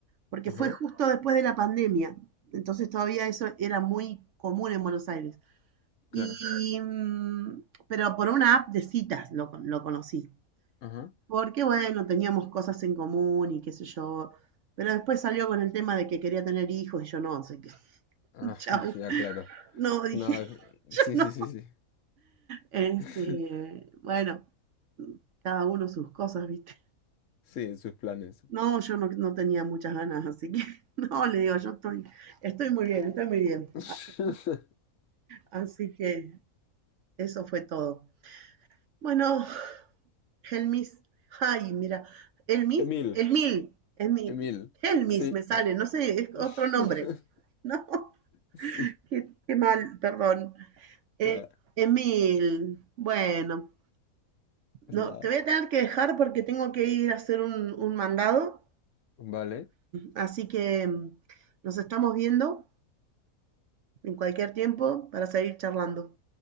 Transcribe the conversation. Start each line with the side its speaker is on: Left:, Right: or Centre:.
Right: porque
Left: ajá,
Right: fue justo después de la pandemia, entonces todavía eso era muy común en Buenos Aires. Y,
Left: claro.
Right: mm, pero por una app de citas lo, lo conocí,
Left: Ajá.
Right: porque bueno, teníamos cosas en común y qué sé yo, pero después salió con el tema de que quería tener hijos y yo no, sé qué,
Left: Ah,
Right: <laughs> chau,
Left: <laughs> ya, claro.
Right: no, dije,
Left: Nada.
Right: <laughs> yo
Left: Sí,
Right: no,
Left: sí, sí, sí.
Right: este,
Left: <laughs>
Right: bueno, cada uno sus cosas, viste.
Left: Sí, sus planes.
Right: No, yo no, no tenía muchas ganas, así que <laughs> no, le digo, yo estoy, estoy muy bien, estoy muy bien.
Left: <laughs>
Right: Así como Así que eso fue todo. Bueno, Helmis, ay, mira, Helmis,
Left: Emil,
Right: Elmil, Elmil,
Left: Emil.
Right: Helmis
Left: sí.
Right: me sale, no sé, es
Left: <laughs>
Right: otro nombre. No,
Left: Sí,
Right: <laughs> qué, qué mal, perdón. Eh,
Left: nada,
Right: Emil, bueno,
Left: es
Right: no,
Left: nada.
Right: te voy a tener que dejar porque tengo que ir a hacer un, un mandado,
Left: Vale,
Right: así que mm, nos estamos viendo en cualquier tiempo para seguir charlando.